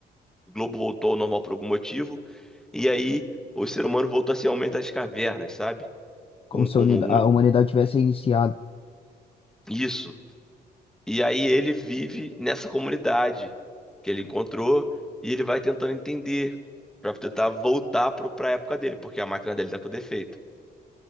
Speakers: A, in the centre; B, on the left.
A: o globo voltou ao normal por algum motivo. E aí, o ser humano voltou a ser aumento das cavernas, sabe? Com,
B: como se
A: com
B: a unida- a humanidade tivesse iniciado.
A: isso. E aí, ele vive nessa comunidade que ele encontrou e ele vai tentando entender para tentar voltar para a época dele, porque a máquina dele está com defeito.